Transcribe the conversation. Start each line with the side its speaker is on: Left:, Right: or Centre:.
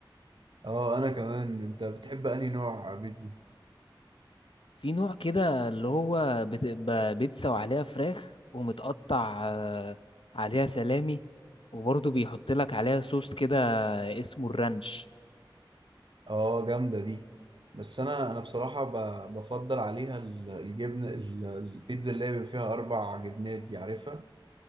Right: اه انا كمان انت بتحب انهي نوع بيتزا
Left: في نوع كده اللي هو بتبقى بيتزا وعليها فراخ ومتقطع آه، عليها سلامي وبرضه بيحط لك عليها صوص كده اسمه الرانش
Right: اه جامدة دي بس انا انا بصراحة ب- بفضل عليها ال- الجبنة ال- البيتزا اللي هي بيبقى فيها اربع جبنات دي عارفها